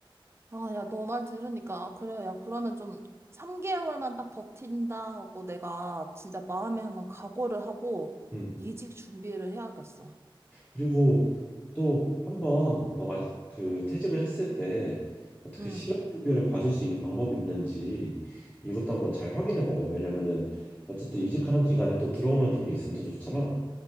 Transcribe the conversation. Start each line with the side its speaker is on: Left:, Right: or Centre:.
Right: 아, 야, 너 말 들으니까, 아, 그래. 야, 그러면 좀 3개월만 딱 버틴다 하고 내가 진짜 마음에 한번 각오를 하고
Left: 음.
Right: 이직 준비를 해야겠어.
Left: 그리고 또 한 번 너가 그 퇴직을 했을 때 어떻게
Right: 응.
Left: 실업급여를 받을 수 있는 방법이 있는지 이것도 한번 잘 확인해 봐봐. 왜냐면은 어쨌든 이직하는 기간에 또 들어오는 돈이 있으면 더 좋잖아.